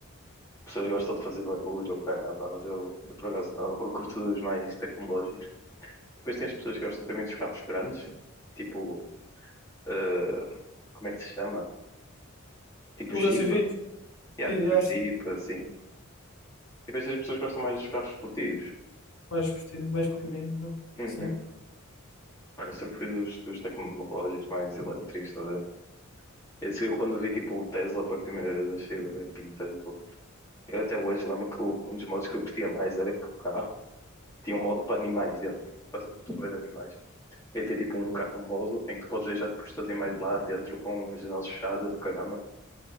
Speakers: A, on the left; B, on the left.
A: pessoas gostam de fazer barulho ou caralho, mas eu, eu, por acaso, não, eu curto os mais tecnológicos. Depois tem as pessoas que gostam também dos carros grandes, tipo, eh, como é que se chama? Tipo
B: Os
A: Jeep?
B: SUVs,
A: Yeah,
B: sim,
A: tipo
B: há
A: Jeep,
B: sim,
A: assim. E depois tem as pessoas que gostam mais dos carros esportivos.
B: mais esportivos, mais pequeninos. não
A: Uhum.
B: sei.
A: Mano, Eu sempre fui dos, dos tecnológicos mais elétricos, tá? Esse, eu quando vi tipo o Tesla pela primeira vez achei bué pinta, tipo. Eu até hoje lembro que, o- que um dos modos que eu curtia mais era que o carro tinha um modo para animais dentro. Quase que eu curto bué de animais. E tem tipo um, ca- um modo em que tu podes deixar tipo, os teus animais lá dentro com as janelas fechadas, caramba.